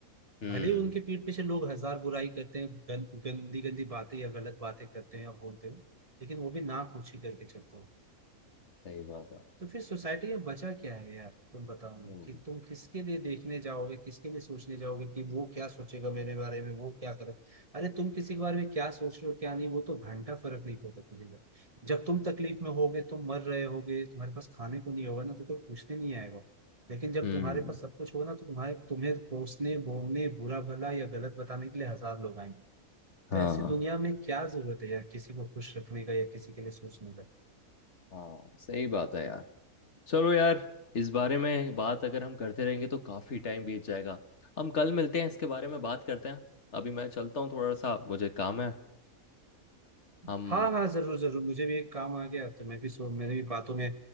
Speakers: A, on the left; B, on the right.
A: हम्म
B: भले ही उनके पीठ पीछे लोग हजार बुराई करते हैं गं, गंदी गंदी बातें या गलत बातें करते हैं या बोलते हैं लेकिन वो भी नाक ऊंची करके चलते हैं
A: सही बात है
B: तो फिर सोसाइटी में बचा क्या है यार तुम बताओ मुझे
A: हम्म
B: कि तुम किसके लिए देखने जाओगे किसके लिए सोचने जाओगे कि वो क्या सोचेगा मेरे बारे में वो क्या करे अरे तुम किसी के बारे में क्या सोच रहे हो क्या नहीं वो तो घंटा फर्क नहीं पड़ता किसी का जब तुम तकलीफ में होगे तुम मर रहे होगे तुम्हारे पास खाने को नहीं होगा ना तो कोई पूछने नहीं आएगा लेकिन जब
A: हम्म
B: तुम्हारे पास सब कुछ होगा ना तो तुम्हारे तुम्हें कोसने बोलने बुरा भला या गलत बताने के लिए हजार लोग आएंगे
A: हाँ
B: तो ऐसी दुनिया में क्या जरूरत है यार किसी को खुश रखने का या किसी के लिए सोचने का
A: हाँ सही बात है यार चलो यार इस बारे में बात अगर हम करते रहेंगे तो काफी टाइम बीत जाएगा हम कल मिलते हैं इसके बारे में बात करते हैं अभी मैं चलता हूँ थोड़ा सा मुझे काम है हम
B: हाँ हाँ जरूर जरूर मुझे भी एक काम आ गया तो मैं भी सो मैंने भी बातों में